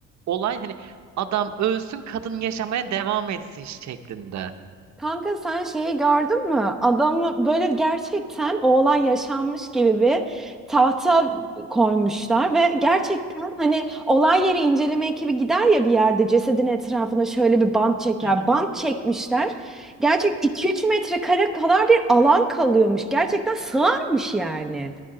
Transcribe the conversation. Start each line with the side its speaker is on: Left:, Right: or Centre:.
Right: olay hani adam ölsün kadın yaşamaya devam etsin şeklinde.
Centre: Kanka sen şeyi gördün mü? Adamı böyle gerçekten o olay yaşanmış gibi bir tahta koymuşlar ve gerçekten hani olay yeri inceleme ekibi gider ya bir yerde cesedin etrafına şöyle bir bant çeker.
Right: Hı hı.
Centre: Bant çekmişler. Gerçek 2-3 metrekare kadar bir alan kalıyormuş. Gerçekten sığarmış yani.